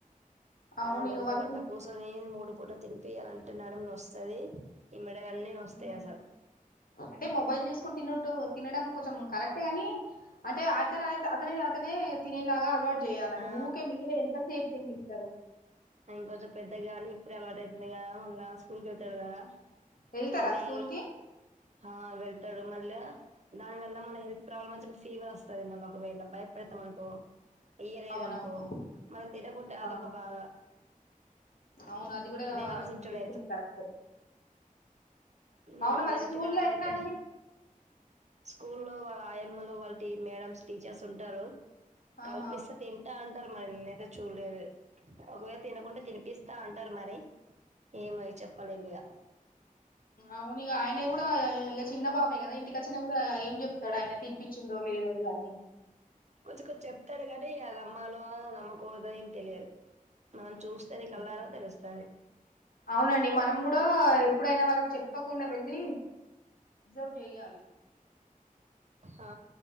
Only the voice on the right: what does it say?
ఆ గంట
గంట కూర్చొని మూడు పూటలు తినిపి అలాంటే నడుమన నోస్తది ఈ మెడలు అన్నీ నోస్తాయా
అసల్
ఆ
ఇంక కొంచెం పెద్దగానీ ఇప్పుడు అలవాటు అవుతుంది గదా మళ్ళ స్కూల్కి వెళ్తాడు గదా
మళ్ళి
హా వెళ్తాడు మళ్ళ దాని వల్ల మన హెల్త్ ప్రాబ్లమ్ వచ్చి ఫీవర్ వస్తది మన ఒకవేళ భయపడతే మనకు ఇయ్యలేదనుకో
మళ్ళ తినక పోతే అదొక
బాద
ఆలోచించుడు
ఉమ్
మల్ల
హెల్త్
కరాబ్
అయితే
స్కూల్లో వాళ్ళ ఆయమ్మలు వాళ్ళ టి మేడమ్స్ టీచర్స్ ఉంటరు కల్పిస్తే
తింటా అంటరు మరి నేను చూడలేదు ఒకవేళ తినకుంటె తినిపిస్తా అంటరు మరి ఏమో చెప్పలేం ఇగ
కొంచ్ కొన్ చెప్తడు గనీ ఇగ నమ్మాలో నమ్మకూడదొ ఏం తెలియదు మనం చూస్ స్తేనే
కల్లారా తెలుస్తది
హా